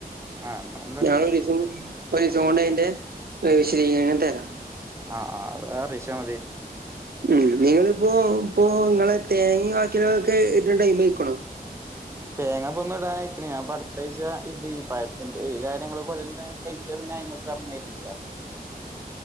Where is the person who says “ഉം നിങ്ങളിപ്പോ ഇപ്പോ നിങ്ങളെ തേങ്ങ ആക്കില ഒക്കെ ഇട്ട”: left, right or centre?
Right